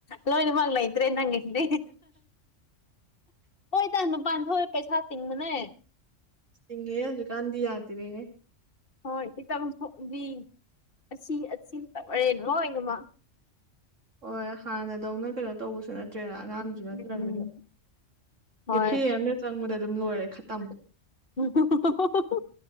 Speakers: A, on the left (about 50°); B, on the right (about 75°).
A: ꯂꯣꯏꯅꯃꯛ ꯂꯩꯇ꯭ꯔꯦ ꯅꯪꯒꯤꯁꯤꯗꯤ ꯍꯣꯏꯗ ꯅꯨꯄꯥꯟ ꯊꯣꯛꯑꯦ ꯄꯩꯁꯥ ꯇꯤꯡꯕꯅꯦ꯫
B: ꯇꯤꯡꯉꯦꯍꯦ ꯍꯧꯖꯤꯛꯀꯥꯟꯗꯤ ꯌꯥꯗ꯭ꯔꯦꯍꯦ꯫
A: ꯍꯣꯏ ꯈꯤꯇꯪ ꯊꯣꯛꯑꯗꯤ ꯑꯁꯤ ꯑꯁꯤ ꯇꯧꯔꯦ ꯂꯣꯏꯅꯃꯛ꯫
B: ꯍꯣꯏ ꯍꯥꯟꯅꯗꯧꯅ ꯀꯩꯅꯣ ꯇꯧꯕꯁꯨ ꯅꯠꯇ꯭ꯔꯦꯗ ꯑꯉꯥꯡ ꯀꯩꯁꯨ ꯅꯠꯇ꯭ꯔꯃꯤꯗ
A: ꯎꯝ ꯍꯣꯏ
B: ꯀꯦ ꯐꯦ ꯑꯃꯅ ꯆꯪꯕꯗ ꯑꯗꯨꯝ ꯂꯣꯏꯔꯦ ꯈꯇꯝ꯫
A: ꯎꯝ ꯍꯣ ꯍꯣ ꯍꯣ ꯍꯣ꯫ <inaudible>